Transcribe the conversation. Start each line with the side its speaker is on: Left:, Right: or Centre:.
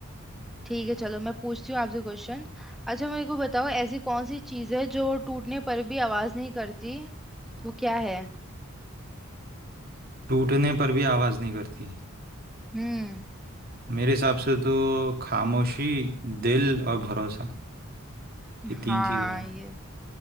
Centre: ठीक है चलो मैं पूछती हूँ आपसे क्वेश्चन अच्छा मेरे को बताओ ऐसी कौन सी चीज़ है जो टूटने पर भी आवाज नहीं करती वो क्या है
Right: टूटने पर भी आवाज़ नहीं करती
Centre: हम्म
Right: मेरे हिसाब से तो खामोशी दिल और भरोसा ये
Centre: हाँ
Right: तीन चीज़ें हैं
Centre: ये